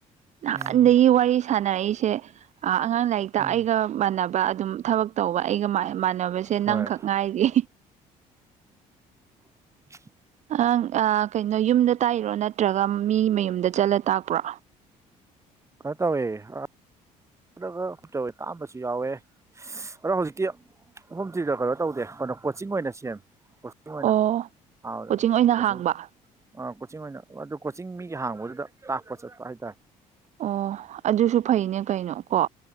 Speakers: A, on the right; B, on the right.
A: ꯅꯍꯥꯟꯗꯒꯤ
B: ꯎꯝ
A: ꯋꯥꯔꯤ ꯁꯥꯟꯅꯔꯛꯏꯁꯦ ꯑ ꯑꯉꯥꯡ ꯂꯥꯢꯔꯤꯛꯇ
B: ꯎꯝ
A: ꯑꯩꯒ ꯃꯥꯟꯅꯕ ꯑꯗꯨꯝ ꯊꯕꯛ ꯇꯧꯕ ꯑꯩꯒ ꯃꯥꯟꯅ ꯃꯥꯟꯅꯕꯁꯦ
B: ꯍꯣꯏ
A: ꯅꯪꯈꯛ ꯉꯥꯢꯔꯤ
B: <inaudible>
A: ꯑꯪ ꯑ ꯀꯩꯅꯣ ꯌꯨꯝꯗ ꯇꯥꯛꯏꯔꯣ ꯅꯠꯇ꯭ꯔꯒ ꯃꯤ ꯃꯌꯨꯝꯗ ꯆꯠꯂ ꯇꯥꯛꯄ꯭ꯔꯣ
B: ꯀꯩꯅꯣ ꯇꯧꯋꯦ ꯑ ꯆꯂꯒ <unintelligible> ꯇꯥꯑꯝꯕꯁꯨ ꯌꯥꯎꯋꯦ ꯏꯁ ꯑꯗꯣ ꯍꯧꯖꯤꯛꯇꯤ ꯍꯣꯝ ꯇ꯭ꯌꯤꯇꯔ ꯀꯩꯅꯣ ꯇꯧꯗꯦ ꯀꯩꯅꯣ ꯀꯣꯆꯤꯡ ꯑꯣꯢꯅ ꯁꯦꯝꯃꯦ ꯀꯣ ꯆꯤꯡ ꯑꯣꯏꯅ
A: ꯑꯣ
B: ꯑ ꯑꯗꯨ
A: ꯑꯣꯏꯅ
B: ꯀꯣꯆꯤꯡ
A: ꯍꯥꯡꯕ
B: ꯑꯥ ꯀꯣꯆꯤꯡ ꯑꯣꯢꯅ ꯑꯗꯨ ꯀꯣꯆꯤꯡ ꯃꯤꯒꯤ ꯍꯥꯡꯕꯗꯨꯗ ꯇꯥꯛꯄ ꯆꯠꯄ ꯍꯥꯢꯇꯥꯔꯦ
A: ꯑꯣ ꯑꯗꯨꯁꯨ ꯐꯩꯅꯦ ꯀꯩꯅꯣ ꯀꯣ